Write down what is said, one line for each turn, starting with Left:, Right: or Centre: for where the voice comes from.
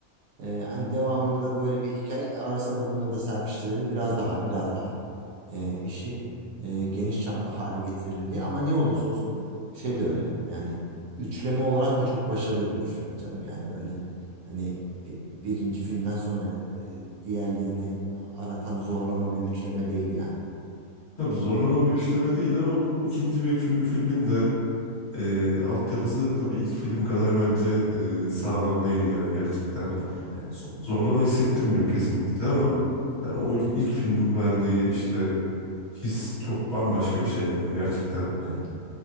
Right: Ee, hani devamında da böyle bir hikaye arasında da bunları da serpiştirelim. Biraz daha biraz daha e, işi e, geniş çaplı hale getirelim diye. Ama ne olursa olsun şey de öyle. Yani üçleme olarak da çok başarılı bir üçleme canım. Yani öyle hani e, birinci filmden sonra e, diğerlerini aratan zorlama bir üçleme değil yani.
Left: Tabii zorlama bir üçleme değil ama bu ikinci ve üçüncü filmin de e, altyapısı tabii ilk film kadar bence e, sağlam değil yani gerçekten.
Right: Yok. Evet
Left: Z-
Right: bu.
Left: Zorlama hissettirmiyor kesinlikle ama
Right: Hı
Left: yani
Right: hı.
Left: o ilk filmin verdiği işte his çok bambaşka bir şey yani gerçekten.
Right: Evet.